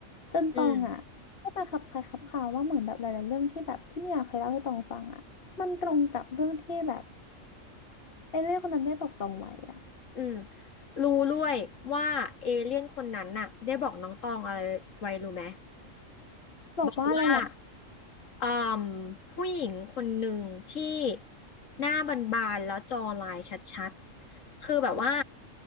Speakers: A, on the left; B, on the left.
A: จนตองอะก็มาคับใครคับข่าวว่าเหมือนแบบหลายๆเรื่องที่แบบที่เมียเคยเล่าให้ตองฟังอะมันตรงกับเรื่องที่แบบ
B: อืม
A: ไอ้เรื่องคนนั้นได้บอกตองไว้อะ
B: อืมรู้ด้วยว่าเอเลี่ยนคนนั้นน่ะได้บอกน้องตองอะไรไว้รู้ไหม
A: บอกว่าอะไรเหรอคะ
B: ว่าเอ่มผู้หญิงคนหนึ่งที่หน้าบานๆแล้วจอลายชัดๆคือแบบว่า